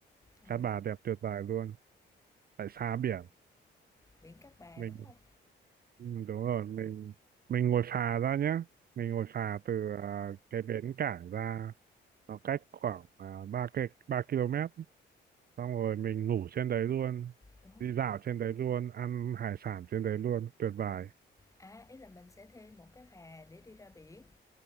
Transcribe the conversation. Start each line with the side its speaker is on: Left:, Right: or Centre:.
Left: Ờ,
Right: Cát Bà đẹp tuyệt vời luôn tại xa biển
Left: biển Cát Bà,
Right: mình
Left: đúng không
Right: Ừ, đúng rồi mình mình ngồi phà ra nhé mình ngồi phà từ à, cái bến cảng ra nó cách khoảng uh, 3 cây ba km ấy. xong rồi mình ngủ trên đấy luôn
Left: Ồ,
Right: đi dạo trên đấy luôn ăn hải sản trên đấy luôn tuyệt vời
Left: à, ý là mình sẽ thêm một cái phà để đi ra biển,